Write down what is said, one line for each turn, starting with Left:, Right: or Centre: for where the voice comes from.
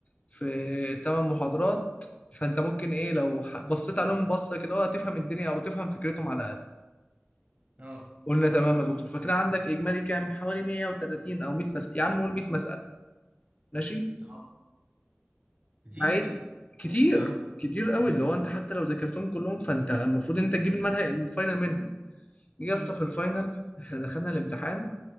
Left: في 8 محاضرات فانت ممكن ايه لو ح- بصيت عليهم بصه كده هو هتفهم الدنيا او تفهم فكرتهم على الاقل
Right: اه
Left: قلنا تمام يا دكتور فكده عندك اجمالي كام حوالي 130 او 100 مساله يا عم قول 100 مساله ماشي
Right: اه كتير
Left: عايز
Right: جدا
Left: كتير
Right: اه
Left: كتير قوي اللي هو انت حتى لو ذاكرتهم كلهم فانت المفروض انت تجيب المنهج الفاينل منه جه
Right: امم
Left: يا اسطى في الفاينل احنا دخلنا الامتحان